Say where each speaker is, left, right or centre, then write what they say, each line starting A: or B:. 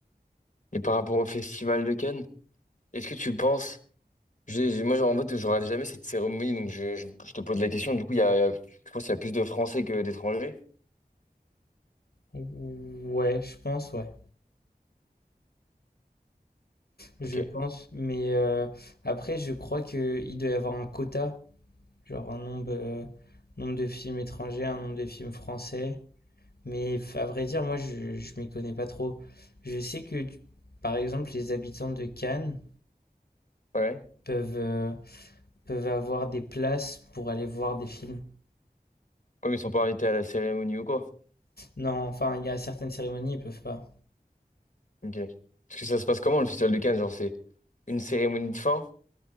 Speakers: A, on the left; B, on the left.
A: Et par rapport au Festival de Cannes, est-ce que tu penses. j'ai- j'ai- Moi, genre, en fait, je regarde jamais cette cérémonie, donc je, je- je te pose la question. Du coup, il y a... il y a- je pense qu'il y a plus de Français que d'étrangers.
B: Ouais, je pense, ouais. Je
A: Ok.
B: pense. Mais euh, après, je crois qu'il doit y avoir un quota, genre un nombre, euh, nombre de films étrangers, un nombre de films français. Mais à vrai dire, moi, je, je m'y connais pas trop. Je sais que, tu- par exemple, les habitants de Cannes
A: Ouais.
B: peuvent, euh, peuvent avoir des places pour aller voir des films.
A: Ouais, mais ils sont pas invités à la cérémonie ou quoi?
B: Non, enfin, il y a certaines cérémonies, ils peuvent pas.
A: Ok. Parce que ça se passe comment le festival de Cannes? Genre, c'est une cérémonie de fin?